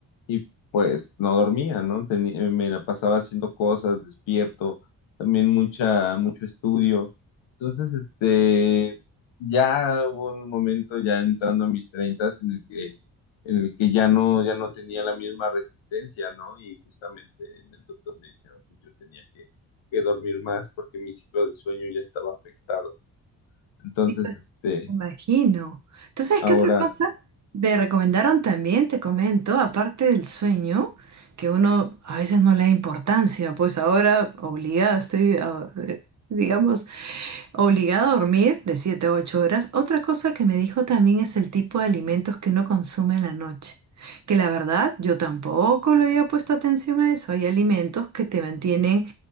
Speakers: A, on the left; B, on the right.
A: y pues no dormía, ¿no? Teni- eh, me la pasaba haciendo cosas, despierto, también mucha, mucho estudio. Entonces, este, ya hubo un momento ya entrando a mis treintas en el que, en el que ya no, ya no tenía la misma resistencia, ¿no? Y justamente en el doctor me dijeron que yo tenía que, que dormir más porque mi ciclo de sueño ya estaba afectado. Entonces,
B: Sí, pues,
A: este,
B: me imagino. ¿Tú sabes
A: ahora
B: qué otra cosa te recomendaron también? Te comento, aparte del sueño, que uno a veces no le da importancia, pues ahora obligada estoy, a- eh, digamos, Obligado a dormir de 7 a 8 horas. Otra cosa que me dijo también es el tipo de alimentos que uno consume en la noche. Que la verdad, yo tampoco le había puesto atención a eso. Hay alimentos que te mantienen